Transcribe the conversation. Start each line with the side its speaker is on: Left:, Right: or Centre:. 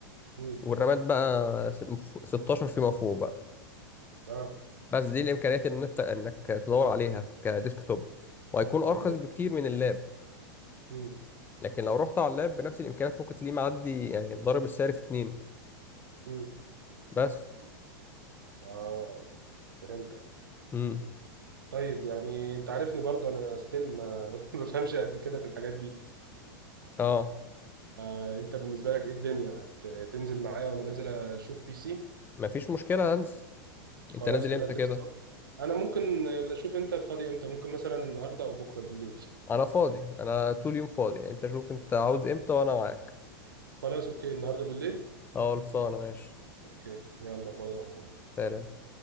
Right: امم
Left: والرامات بقى 16 فيما فوق
Right: اه
Left: بس دي الامكانيات ان انت انك تدور عليها كديسك توب وهيكون ارخص
Right: ايوه
Left: بكتير من اللاب
Right: امم
Left: لكن لو رحت على اللاب بنفس الامكانيات ممكن تلاقيه معدي يعني ضارب السعر في اتنين
Right: امم
Left: بس
Right: اه فهمتك
Left: امم
Right: طيب يعني انت عارفني برضه انا ستيل ما <laughs> ما بفهمش قد كده في الحاجات دي
Left: اه
Right: آه انت بالنسبة لك ايه الدنيا هت- تنزل معايا وانا نازل اشوف بي سي
Left: مفيش مشكله هنزل انت
Right: خلاص
Left: نازل
Right: نرتب
Left: امتى كده
Right: سوا انا ممكن اللي اشوف انت فاضي امتى ممكن مثلا النهارده او بكره بالليل
Left: انا فاضي انا طول يوم فاضي انت شوف انت عاوز امتى وانا معاك
Right: خلاص اوكي النهارده بالليل
Left: اه خلصانه ماشي
Right: اوكي يلا باي يا عمو.
Left: سلام